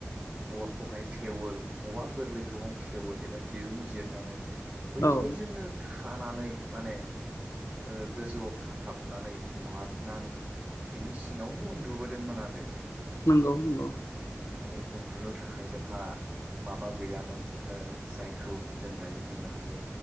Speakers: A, on the right; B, on the left.
A: औवाखौहाय थेवोल औवा गोरलैखौहाय थेवोल एबा दिरुं जिरनानै बै-
B: औ
A: फोरजोंनो खानानै माने ओ गोजौआव खाथाबनानै लाबनानै बिनि सिङावनो उन्दुबोदोंमोन आरो
B: नंगौ
A: माने
B: नंगौ
A: आरो उन्दुनो थाखाय जोंहा माबा गैयामोन ओ जायखौ जों दायो बुंनो हायो हायो